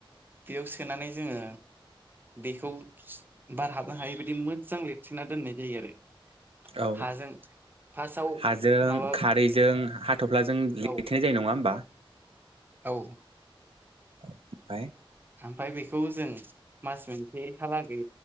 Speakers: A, on the right; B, on the right.
A: बेयाव सोनानै जोङो बेखौ बारहाबनो हायै बायदि मोजां लिरथेना दोननाय जायो आरो।
B: औ
A: हाजों फार्स्टआव
B: हाजों
A: माबा
B: खारैजों हा थफ्लाजों लि लिरथेनाय
A: औ
B: जायो नङा होमबा?
A: औ।
B: ओमफाय
A: ओमफाय बेखौ जों मास मोनसेहालागै